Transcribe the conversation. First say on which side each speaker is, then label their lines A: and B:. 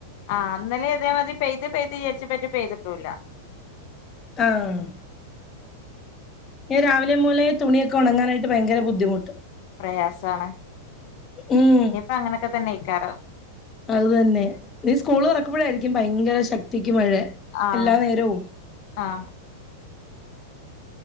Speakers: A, on the left; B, on the left.
A: ആഹ് ഇന്നലെ ഇതേ മാതിരി പെയ്തി, പെയ്ത് വിചാരിച്ചപ്പോ പെയ്തിട്ടൂല്ല.
B: ആഹ് ഇയ്യ് രാവിലെ മുതലെ തുണിയൊക്കെ ഉണങ്ങാനായിട്ട് ഭയങ്കര ബുദ്ധിമുട്ട്.
A: പ്രയാസാണ്
B: ഉം
A: ഇനിപ്പോ അങ്ങനെയൊക്കെ തന്നെ ഏക്കാരം.
B: അത് തന്നെ ഇനി സ്കൂള് തുറക്കുമ്പോഴായിരിക്കും ഭയങ്കര ശക്തിക്ക് മഴ.
A: ആഹ്,
B: എല്ലാ നേരവും
A: ആഹ്